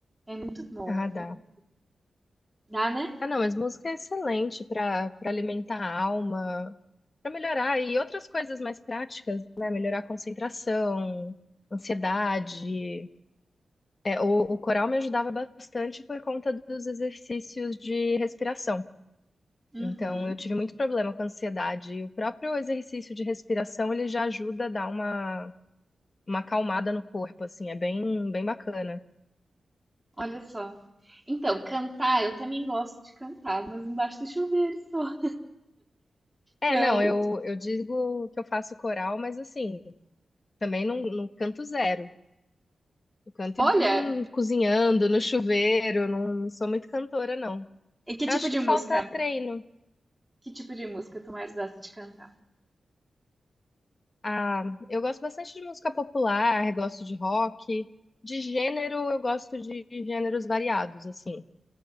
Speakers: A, in the centre; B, on the left.
A: É muito bom.
B: Ah, dá.
A: É- Dá, né?
B: Ah, não, mas música é excelente para para alimentar a alma, para melhorar e outras coisas mais práticas, né? Melhorar a concentração, ansiedade. É, o, o coral me ajudava bastante por conta dos exercícios de respiração.
A: Uhum.
B: Então, eu tive muito problema com ansiedade. E o próprio exercício de respiração, ele já ajuda a dar uma, uma acalmada no corpo, assim, é bem, bem bacana.
A: Olha só. Então, cantar, eu também gosto de cantar, mas embaixo do chuveiro só.
B: É,
A: Eu,
B: não, eu, eu digo que eu faço coral, mas assim, também não, não canto zero. Eu canto
A: olha,
B: hum, cozinhando, no chuveiro, não, não sou muito cantora, não.
A: e que tipo
B: Eu acho
A: de
B: que
A: música?
B: falta treino.
A: Que tipo de música tu mais gosta de cantar?
B: Ah, eu gosto bastante de música popular, gosto de rock. De gênero, eu gosto de gêneros variados, assim.